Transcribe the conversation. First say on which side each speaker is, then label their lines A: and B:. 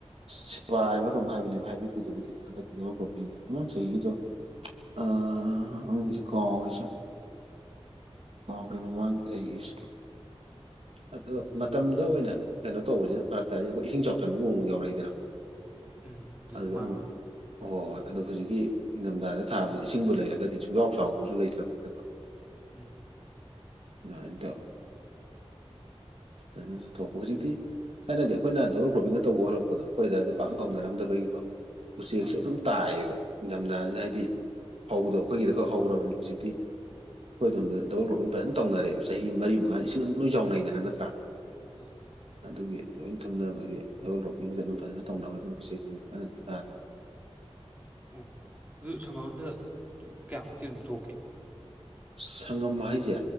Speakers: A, on the right; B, on the right.
A: ꯁꯦꯕꯥ ꯍꯥꯏꯕ ꯍꯥꯏꯕꯅꯦꯕ ꯍꯥꯏꯕꯤꯔꯤꯗꯨꯕꯨꯗꯤ ꯍꯟꯗꯛꯀꯤ ꯗꯕꯜ ꯀ꯭ꯔꯣꯄꯤꯡ ꯃꯃꯥꯡ ꯆꯍꯤꯒꯤꯗꯣ ꯃꯅꯨꯡꯥꯡꯁꯤ ꯀꯥꯎꯈꯔꯤꯁꯦ ꯀꯥꯎꯈ꯭ꯔꯤ ꯃꯃꯥꯡ ꯂꯩꯁꯦ ꯑꯗꯣ
B: ꯎꯝ
A: ꯃꯇꯝꯗ ꯑꯣꯏꯅ ꯀꯩꯅꯣ ꯇꯧꯕꯁꯤꯅ ꯐꯔꯛ ꯇꯥꯅꯤ ꯑꯩꯈꯣꯏ ꯏꯁꯤꯡ ꯆꯥꯎꯁꯤꯟꯕꯒꯛ ꯌꯥꯎꯔꯛꯏꯗꯅꯣ
B: ꯎꯝ
A: ꯑꯗꯨꯗ
B: ꯃꯥꯡꯕꯗꯣ
A: ꯑꯃꯨꯛ ꯍꯣꯏ ꯍꯣꯏ ꯑꯗꯨ ꯍꯧꯖꯤꯛꯀꯤ ꯏꯪꯊꯝꯊꯥꯗ ꯊꯥꯕꯁ ꯏꯁꯤꯡꯕꯨ ꯂꯩꯔꯒꯗꯤ ꯁꯨꯡꯖꯥꯎ ꯆꯥꯎꯥꯎꯗꯧꯁꯨ ꯂꯩꯇ꯭ꯔꯕꯅꯤꯅꯀꯣ
B: ꯎꯝ
A: ꯅꯥꯏꯇꯣ
B: <unintelligible>
A: ꯑꯗꯨꯅꯁꯨ ꯊꯣꯛꯄ ꯍꯧꯖꯤꯛꯇꯤ ꯊꯥꯏꯅꯗꯤ ꯑꯩꯈꯣꯏꯅ ꯗꯕꯜ ꯀ꯭ꯔꯣꯄꯤꯡꯒ ꯇꯧꯕ ꯍꯣꯜꯂꯛꯄꯗꯣ ꯑꯩꯈꯣꯏꯗꯥꯏꯗ ꯄꯥꯛ ꯊꯧꯅꯔꯝꯗꯕꯒꯤꯀꯣ ꯎꯆꯦꯛꯁꯦ
B: ꯑꯥ
A: ꯑꯗꯨꯝ ꯇꯥꯏꯑꯌꯦꯕ ꯅꯤꯡꯊꯝꯊꯥꯁꯤꯗ ꯍꯥꯏꯗꯤ ꯐꯗꯣ ꯑꯩꯈꯣꯏꯒꯤꯗ ꯈꯛ ꯍꯧꯔꯕꯅꯤ ꯍꯧꯖꯤꯛꯇꯤ ꯑꯩꯣꯏꯣꯝ ꯗꯜ ꯀ꯭ꯔꯣꯄꯤꯡ ꯐꯖꯅ ꯇꯧꯅꯔꯦꯕ ꯆꯍꯤ ꯃꯔꯤ ꯃꯉꯥꯗꯤ ꯏꯁꯤꯡꯒ ꯑꯗꯨꯝ ꯂꯣꯏ ꯆꯥꯎꯅꯩꯗꯅ ꯅꯠꯇ꯭ꯔꯥ
B: ꯑꯥ
A: ꯑꯗꯨꯒꯤ ꯂꯣꯏꯅ ꯊꯨꯝꯅꯕꯒꯤ ꯗꯕꯜ ꯒ꯭ꯔꯣꯄꯤꯡꯁꯦ ꯑꯗꯨꯝ ꯐꯖꯅ ꯇꯧꯅꯕ ꯑꯗꯨꯅ ꯎꯆꯦꯛꯀꯨꯝꯁꯨ ꯀꯟꯅꯁꯨ ꯇꯥꯗꯕ
B: ꯑꯣ ꯑꯗꯨ ꯁꯪꯒꯝꯝꯗ ꯀꯌꯥꯃꯨꯛꯇꯤ ꯑꯗꯨꯝ ꯊꯣꯛꯀꯦ
A: ꯁꯪꯉꯝ ꯍꯥꯏꯁꯦ